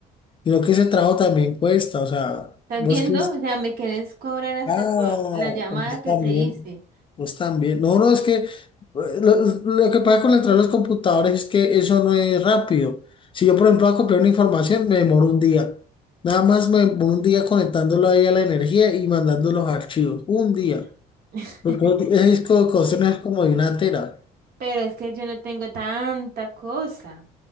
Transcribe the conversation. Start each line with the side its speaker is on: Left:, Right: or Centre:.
Left: Y lo que ese trabajo también cuesta, o sea,
Right: ¿estás
Left: vos
Right: viendo?
Left: crees
Right: O sea, me querés cobrar hasta
Left: Ah,
Right: por la llamada
Left: pues
Right: que
Left: también,
Right: te hice.
Left: pues también. No, no, es que eh, lo, lo que pasa con la entrada de los computadores es que eso no es rápido. Si yo, por ejemplo, voy a copiar una información, me demoro un día. Nada más me demoro un día conectándolo ahí a la energía y mandando los archivos. Un día.
Right: No. <laughs>
Left: Porque un ese disco de cuestión es como de una tera.
Right: Pero es que yo no tengo tanta cosa.